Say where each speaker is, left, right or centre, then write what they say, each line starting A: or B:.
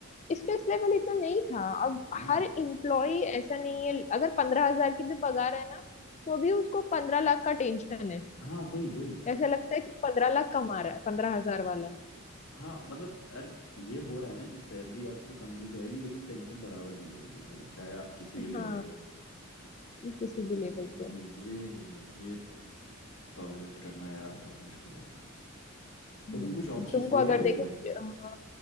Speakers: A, on the left (about 35°); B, on the left (about 70°).
A: स्ट्रेस लेवल इतना नहीं था अब
B: हाँ
A: हर एम्प्लॉय ऐसा नहीं है अगर पंद्रह हजार की भी पगार है ना तो भी उसको पंद्रह लाख का टेंशन है
B: हाँ वही वही
A: ऐसा लगता है कि पंद्रह लाख कमा रहा है पंद्रह हजार वाला
B: हाँ मतलब अरे ये हो रहा है ना कि सैलरी आपको कम दी जाएगी लेकिन टेंशन बराबर दी जाएगी भाई चाहे आप किसी
A: है
B: भी लेवल
A: हाँ
B: पे हो
A: किसी भी लेवल
B: तो
A: पे
B: ये ये ये टॉलरेट करना यार बहुत मुश्किल है तो
A: हम्म,
B: तुम कुछ ऑप्शंस
A: तुमको
B: देख
A: अगर
B: रहे
A: देखो
B: हो क्या
A: हाँ